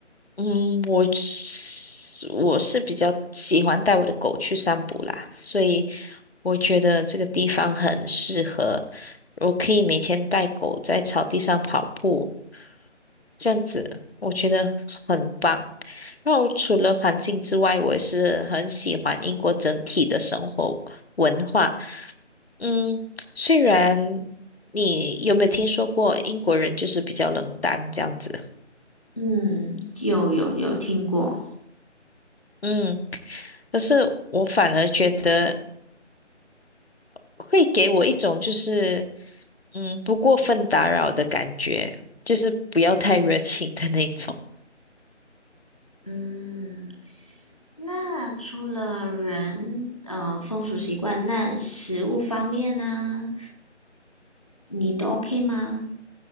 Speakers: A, on the left; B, on the left.
A: 嗯，我是我是比较喜欢带我的狗去散步啦，所以我觉得这个地方很适合，我可以每天带狗在草地上跑步，这样子我觉得很棒。然后除了环境之外，我也是很喜欢英国整体的生活文化。嗯，虽然你有没有听说过英国人就是比较冷淡这样子？
B: 嗯，有有有听过，
A: 嗯，可是我反而觉得会给我一种就是嗯不过分打扰的感觉，就是不要太热情的那种。
B: 嗯，那除了人，呃，风俗习惯，那食物方面呢，你都 OK 吗？